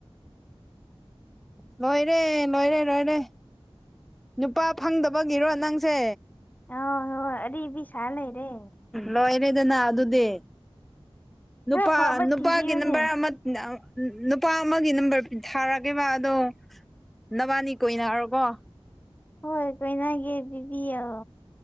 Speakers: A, in the centre; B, on the left.
A: ꯂꯣꯏꯔꯦ ꯂꯣꯏꯔꯦ ꯂꯣꯏꯔꯦ ꯅꯨꯄꯥ ꯐꯪꯗꯕꯒꯤꯔꯣ ꯅꯪꯁꯦ
B: ꯑꯥꯎ ꯍꯣꯏ ꯑꯔꯤꯕꯤ ꯁꯥꯔ ꯂꯩꯔꯦ
A: ꯂꯣꯏꯔꯦꯗꯅ ꯑꯗꯨꯗꯤ ꯅꯨꯄꯥ
B: ꯈꯔ ꯐꯕ
A: ꯅꯨꯄꯥꯒꯤ
B: ꯊꯤꯕꯤꯌꯨꯅꯦ
A: ꯅꯝꯕꯔ ꯑꯃꯠ ꯑ ꯅꯨ ꯅꯨꯄꯥ ꯑꯃꯥꯒꯤ ꯅꯝꯕꯔ ꯊꯥꯔꯛꯀꯦꯕ ꯑꯗꯣ ꯅꯕꯥꯅꯤ ꯀꯣꯏꯅꯔꯣꯀꯣ
B: ꯍꯣꯏ ꯀꯣꯏꯅꯒꯦ ꯄꯤꯕꯤꯌꯣ